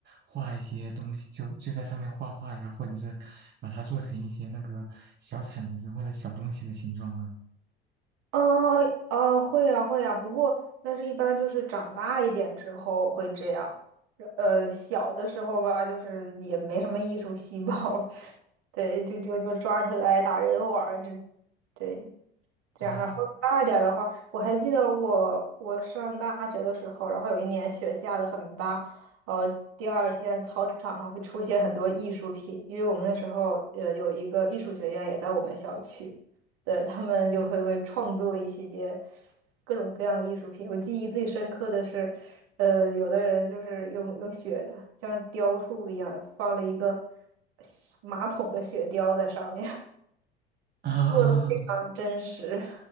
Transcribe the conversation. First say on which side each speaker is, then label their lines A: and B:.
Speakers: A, on the right; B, on the right.
A: 画一些东西，就就在上面画画呀，或者是把它做成一些那个小铲子或者小东西的形状啊。
B: 哦哦，会呀会呀，不过那是一般就是长大一点之后会这样，呃，小的时候吧，就是也没什么艺术细胞，<laughs> 对，就就就抓起来打人玩儿，这，对，这样，
A: 哦，
B: 然后大一点儿的话，我还记得我我上大学的时候，然后有一年雪下的很大，呃，第二天操场上会出现很多艺术品，因为我们那时候呃有一个艺术学院也在我们校区，对，他们就会会创作一些各种各样的艺术品。我记忆最深刻的是，呃，有的人就是用用雪像雕塑一样放了一个马桶的雪雕在上面，<laughs>
A: <laughs> 啊，
B: 做的非常真实。